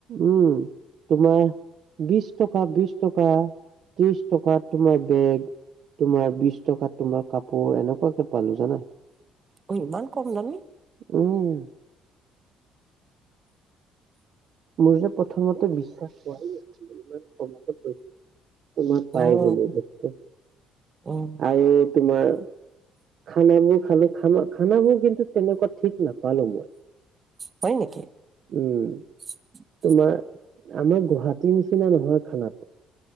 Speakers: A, on the right; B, on the right.
A: উম, তোমাৰ বিশ টকা, বিশ টকা ত্ৰিশ টকাত তোমাৰ বেগ, তোমাৰ বিশ টকাত তোমাৰ কাপোৰ এনেকুৱাকে পালোঁ জানা।
B: অই ইমান কম দামী?
A: উম মোৰ যে প্ৰথমতে বিশ্বাস হোৱাই <unintelligible> তোমাৰ পাই
B: উম
A: গলোঁ বস্তু
B: উম
A: আৰু তোমাৰ খানাবোৰ খালোঁ, খা-খানাবোৰ কিন্তু তেনেকুৱা ঠিক নাপালোঁ মই।
B: হয় নেকি?
A: উম।
B: <inaudible>
A: তোমাৰ আমাৰ গুৱাহাটীৰ নিচিনা নহয় খানাটো,